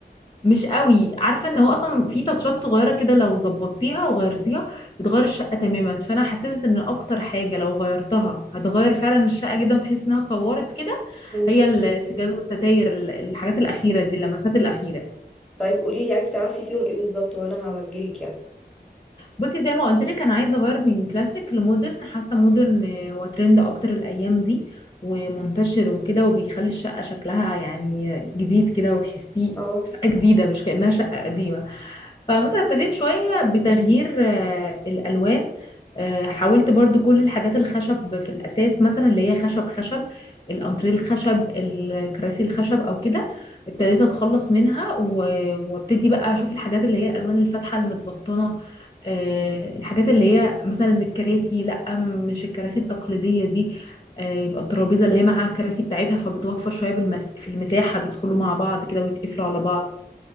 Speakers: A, on the left (about 25°); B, in the centre.
A: مش قوي عارفه ان هو اصلا في تاتشات صغيره كده لو ظبطتيها وغيرتيها بتغير الشقه تماما فانا حسيت ان اكتر حاجه لو غيرتها هتغير فعلا الشقه جدا وتحس انها اتطورت كده
B: مم.
A: هي السجاد
B: مم.
A: والستاير ال- الحاجات الاخيره دي اللمسات الاخيره
B: طيب قولي لي عايزة تعرفي فيهم إيه بالظبط وأنا هوجهك يعني
A: بصي زي ما قلت لك انا عايزه اغير من كلاسيك لمودرن حاسه مودرن هو ترند اكتر الايام دي ومنتشر وكده وبيخلي الشقه شكلها يعني جديد كده وتحسيه
B: اه
A: شقه جديده مش كانها شقه قديمه فمثلا ابتديت شوية بتغيير آه، الألوان آه، حاولت برضو كل الحاجات الخشب في الأساس مثلا اللي هي خشب خشب الأنتريه الخشب الكراسي الخشب أو كده ابتديت أتخلص منها و- وابتدي بقى أشوف الحاجات اللي هي الألوان الفاتحة المتبطنة آه، الحاجات اللي هي مثلا الكراسي لأ مش الكراسي التقليدية دي آه، يبقى الترابيزة اللي هي معاها الكراسي بتاعتها فبتوفر شوية بالمس... في المساحة بيدخلوا مع بعض كده ويتقفلوا على بعض